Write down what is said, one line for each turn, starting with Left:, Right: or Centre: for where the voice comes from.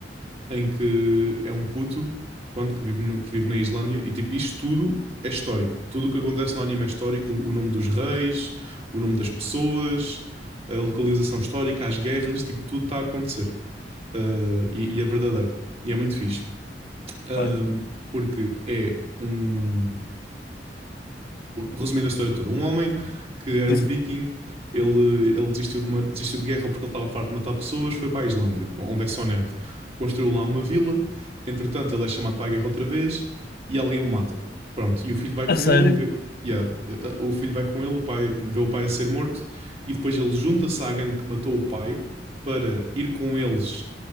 Right: em que é um puto, pronto, que vive, no- que vive na Islândia, e tipo, isto tudo é histórico. Tudo o que acontece no anime é histórico, o, o nome dos reis, o nome das pessoas, a localização histórica, as guerras, tipo, tudo está a acontecer. Ah, e, e é verdadeiro. E é muito fixe. Ahm,
Left: Bem,
Right: porque é um resumindo a história toda, um homem que era
Left: Sim,
Right: um
Left: sim.
Right: viking, ele, ele desistiu de, uma- desistiu de guerra porque ele estava farto de matar pessoas, foi para a Islândia, onde é só neve. Construiu lá uma vila, entretanto ele é chamado para a guerra outra vez e alguém o mata. Pronto, e o filho vai
Left: A
Right: com
Left: sério,
Right: ele, vê- yeah, eh, eh, o filho vai com ele, o pai, vê o pai a ser morto e depois ele junta-se à gangue que matou o pai para ir com eles